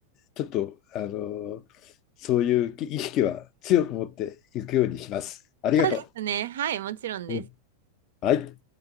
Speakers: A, on the left; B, on the right.
A: ちょっと、あの、そういう意識は強く持っていくようにします。ありがと
B: そうですね。はい、もちろんです。
A: う。うん、はい。